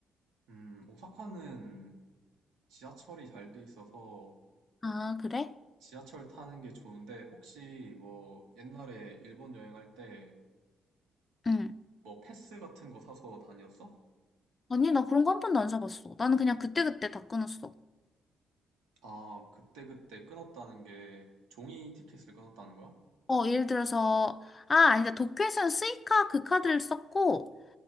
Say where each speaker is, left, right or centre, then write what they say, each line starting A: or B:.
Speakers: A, on the right; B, on the left.
A: 음, 오사카는 지하철이 잘 돼 있어서
B: 아, 그래?
A: 지하철 타는 게 좋은데 혹시 뭐 옛날에 일본 여행할 때
B: 응.
A: 뭐 패스 같은 거 사서 다녔어?
B: 아니, 나 그런 거 한 번도 안 사봤어. 나는 그냥 그때그때 다 끊었어.
A: 아, 그때그때 끊었다는 게 종이 티켓을 끊었다는 거야?
B: 어, 예를 들어서, 아, 아니다. 도쿄에서는 스이카 그 카드를 썼고,